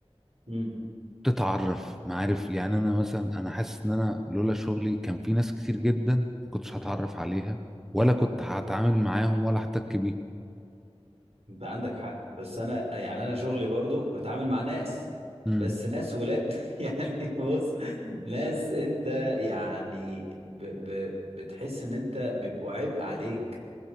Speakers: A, on the right; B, in the centre.
A: مم.
B: تتعرف معارف يعني انا مثلا انا حاسس ان انا لولا شغلي كان في ناس كتير جدا ما كنتش هتعرف عليها ولا كنت هتعامل معاهم ولا احتك بيهم
A: انت عندك حق بس انا يعني انا شغلي برضو بتعامل مع ناس
B: مم.
A: بس ناس ولاد <laughs> يعني بص ناس انت يعني ب... ب... بتحس ان انت بيبقوا عبء عليك